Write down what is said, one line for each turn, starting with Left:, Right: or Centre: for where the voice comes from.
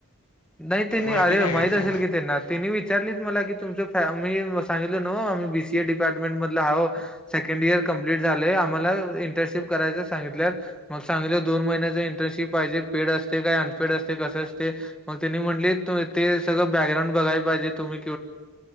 Centre: नाही त्यांनी
Left: ओळखीच
Centre: अरे
Left: आहे
Centre: माहित
Left: का ते
Centre: असेल की त्यांना त्यांनी विचार मला की तुमचं मी सांगितलं न्हवं मी बी सी ए डिपार्टमेंट मधला हाव सेकंड इयर कमप्लिट कमप्लिट झालाय आम्हाला इंटरशिप करायच सांगितल्यात मग सांगितलं दोन महिन्याचं इंटरशिप पाहिजे पे का अनपेड असते कस असते मग त्यांनी म्हणले ते सगळं बॅकग्राउंड बघाय पाहिजे तुम्हीवक